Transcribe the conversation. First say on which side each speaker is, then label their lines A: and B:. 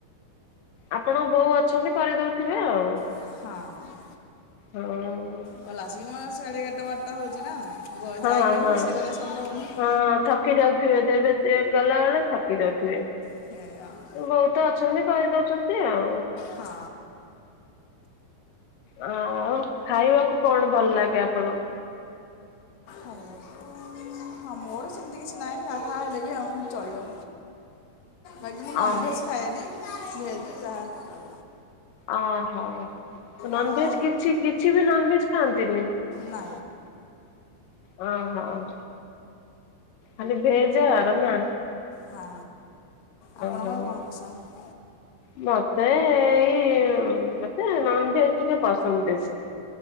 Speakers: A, on the left; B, on the left.
A: ଆପଣଙ୍କ ବୋଉ ଅଛନ୍ତି କରିଦଉଥିବେ ଆଉ।
B: ହଁ।
A: ହଁ ଉଁ।
B: ହଉ ଲାସୀ ମା ସାଢ଼େ ଏଗାରଟା ବାରଟା ହଉଚି ନା
A: ହଁ
B: ଯାଇକି
A: ହଁ ହଁ।
B: ଆଉ ରୋଷେଇ କରିବା ସମ୍ଭବ ନୁହଁ
A: ହଁ ଥକି ଯାଉଥିବେ ଯେବେ ଗଲାବେଳେ ଥକି ଯାଉଥିବେ
B: <unintelligible>
A: ବୋହୁତ ଅଛନ୍ତି କହିଦଉଚନ୍ତି ଆଉ
B: ହଁ।
A: ଅଁ ଖାଇବାକୁ କଣ ଭଲ ଲାଗେ ଆପଣ
B: ଆ ହଁ ମୋର ସେମିତି କିଛି ନାହିଁ ଯାହା ହେଲେ ବି ଆଉ ଚଳିବ ବାକି ମୁଁ ନନଭେଜ୍
A: ଅଁ
B: ଖାଏନି ଭେଜ ଜାହା ହେଲେ
A: ଓହୋ ନନଭେଜ
B: ଆପଣ
A: କିଛି କିଛି ବି ନନଭେଜ ଖାଆନ୍ତିନି
B: ନା।
A: ହଁ ହଉ ଖାଲି ଭେଜ <unintelligible>
B: ହଁ ଆପଣଙ୍କର
A: ହଁ।
B: କଣ ପସନ୍ଦ।
A: ମତେ ଏଇ ମତେ ନନଭେଜ ଟିକେ ପସନ୍ଦ ବେସି।